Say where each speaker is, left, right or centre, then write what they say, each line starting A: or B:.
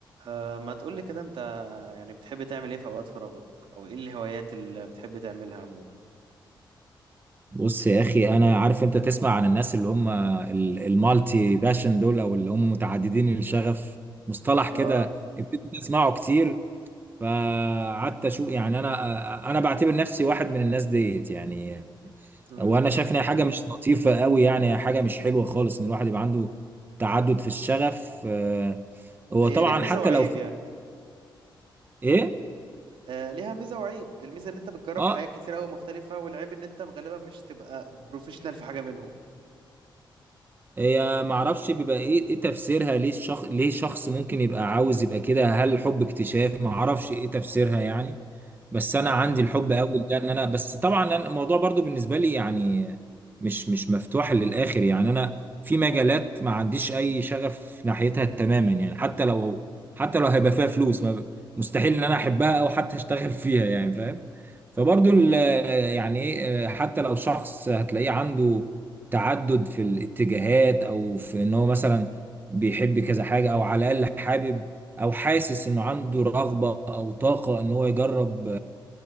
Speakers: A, on the right; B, on the right.
A: أه ما تقولي كده انت يعني بتحب تعمل ايه في اوقات فراغك او ايه الهوايات اللي بتحب تعملها عموما
B: بص يا اخي انا عارف انت تسمع عن الناس اللي هم ال- المالتي باشن دول او اللي هم متعددين الشغف مصطلح كده
A: اه
B: ابتديت اسمعه كتير فقعدت اشوف يعني انا انا بعتبر نفسي واحد من الناس ديت يعني
A: مم.
B: وانا شايف ان هي حاجه مش لطيفه قوي يعني هي حاجه مش حلوه خالص ان الواحد يبقى عنده تعدد في الشغف آه، هو
A: هي
B: طبعا
A: ليها ميزة
B: حتى
A: وعيب
B: لو في
A: يعني
B: ايه
A: أه ليها ميزة وعيب الميزة ان انت بتجرب
B: اه
A: حاجات كتير قوي مختلفة والعيب ان انت غالبا مش تبقى بروفيشنال في حاجة منهم
B: هي معرفش بيبقى ايه ايه تفسيرها ليه الشخص ليه شخص ممكن يبقى عاوز يبقى كده هل الحب اكتشاف معرفش ايه تفسيرها يعني بس
A: اه
B: انا عندي الحب اول ده ان انا بس طبعا أنا الموضوع برضو بالنسبه لي يعني مش مش مفتوح للاخر يعني انا في مجالات ما عنديش اي شغف ناحيتها تماما يعني حتى لو حتى لو هيبقى فيها فلوس ما- مستحيل ان انا احبها او حتى اشتغل <laughs> فيها يعني فاهم فبرضو ال- يعني ايه حتى لو شخص هتلاقيه عنده تعدد في الاتجاهات او في ان هو مثلا بيحب كذا حاجة او على الاقل حابب او حاسس انه عنده رغبة او طاقة ان هو يجرب